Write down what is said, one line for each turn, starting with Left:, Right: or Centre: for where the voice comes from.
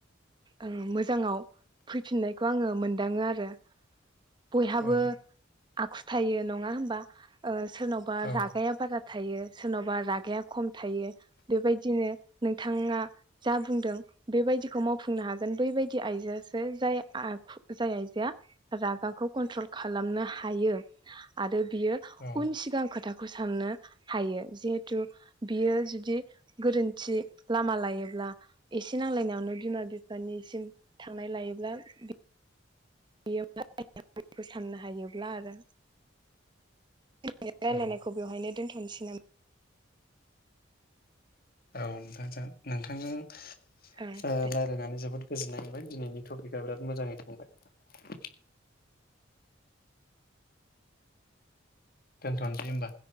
Right: ओं मोजाङाव फैफिननायखौ आङो मोनदाङो आरो। बयहाबो
Left: औ
Right: आखुथाइ थायो नङा होमबा? ओ सोरनावबा
Left: औ
Right: रागाया बारा थायो सोरनावबा रागाया खम थायो बेबायदिनो नोंथाङा जा बुंदों बेबायदिखौ माव खुंनो हागोन बैबायदि आइजोआसो जाय आखु जाय आइजोआ रागाखौ कन्ट्रल खालामनो हायो आरो ब बियो
Left: औ
Right: उन सिगां खोथाख खौ साननो हायो। जिहेथु बियो जुदि गोरोन्थि लामा लायोब्ला एसे नांलायनायावनो बिमा बि बिफानिसिम थांनाय लायोब्ला बि <unintelligible> साननो हायोब्ला आरो। <unintelligible> रायलायनायखौ
Left: औ
Right: बेवहायनो दोन्थ'नोसै नाम
Left: औ नोंथांजों नोंथांजों ओ
Right: ओं दे
Left: रायलायनानै जोबोद गोजोननाय मोनबाय दिनैनि टपिकआ बिराद मोजाङै थांबाय। दोनथ'नोसै होमबा।